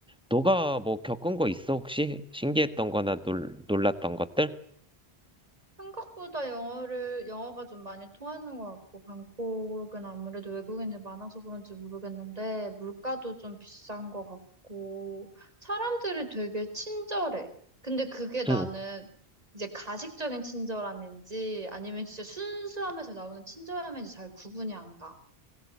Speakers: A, in the centre; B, on the right.
A: 너가 뭐 겪은 거 있어, 혹시? 신기했던 거나 놀, 놀랐던 것들?
B: 생각보다 영어를, 영어가 좀 많이 통하는 것 같고, 방콕은 아무래도 외국인이 많아서 그런지 모르겠는데, 물가도 좀 비싼 것 같고, 사람들이 되게 친절해. 근데 그게 나는
A: 응.
B: 이제 가식적인 친절함인지, 아니면 진짜 순수함에서 나오는 친절함인지 잘 구분이 안 가.